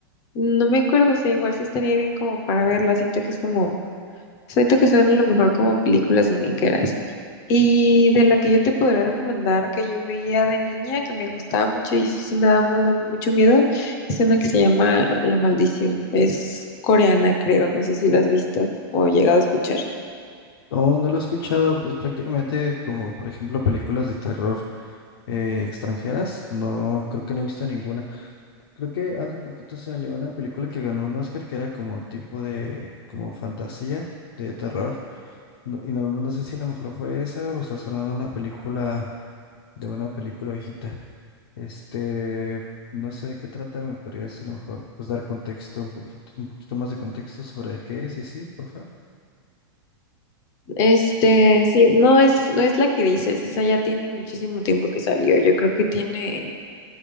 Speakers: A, on the left; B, on the left.
A: No me acuerdo, o sea, igual sí estaría bien como para verla. Siento que es como, siento que son a lo mejor como películas domingueras. Y de la que yo te podría recomendar que yo veía de niña, que me gustaba mucho y eso sí me daba mu- mucho miedo, es una que se llama La Maldición. Es coreana, creo, no sé si la has visto o llegado a escuchar.
B: No, no lo he escuchado, pues prácticamente como, por ejemplo, películas de terror eh, extranjeras, no, creo que no he visto ninguna. Creo que hace poquito salió una película que ganó un Oscar que era como tipo de, como fantasía, de terror. No- y no, no sé si a lo mejor fue esa o estás hablando de una película de una película viejita. Este, no sé de qué trata, me podrías a lo mejor pues, dar contexto, un poquito, un poquito más de contexto sobre de qué es y así, porfa.
A: Este, sí, no es, no es la que dices, esa ya tiene muchísimo tiempo que salió. Yo creo que tiene